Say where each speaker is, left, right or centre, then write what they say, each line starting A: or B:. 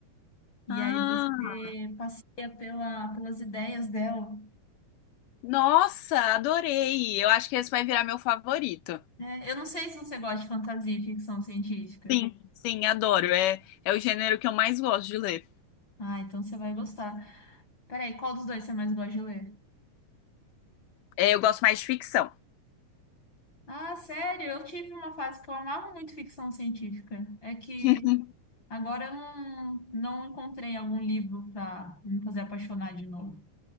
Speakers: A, on the left (about 35°); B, on the left (about 85°).
A: E
B: Ah,
A: aí você passeia pela, pelas ideias dela.
B: nossa, adorei. Eu acho que esse vai virar meu favorito.
A: É, eu não sei se você gosta de fantasia e ficção científica.
B: Sim, sim, adoro. É, é o gênero que eu mais gosto de ler.
A: Ah, então você vai gostar. Peraí, qual dos dois você mais gosta de ler?
B: É, eu gosto mais de ficção.
A: Ah, sério, eu tive uma fase que eu amava muito ficção científica. É que
B: <laughs>
A: agora eu não, não encontrei algum livro para me fazer apaixonar de novo.